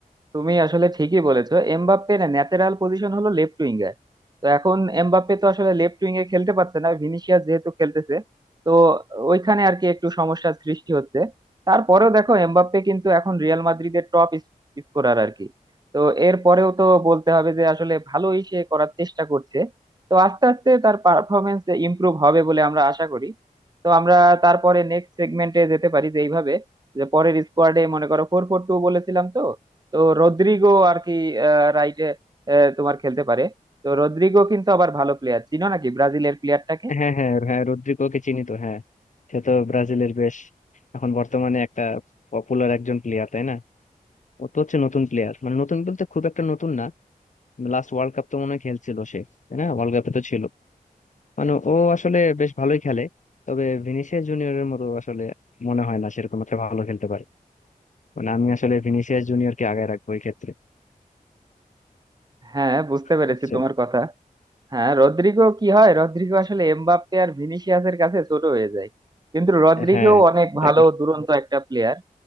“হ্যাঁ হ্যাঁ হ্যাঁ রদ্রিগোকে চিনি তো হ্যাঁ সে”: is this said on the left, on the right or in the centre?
Left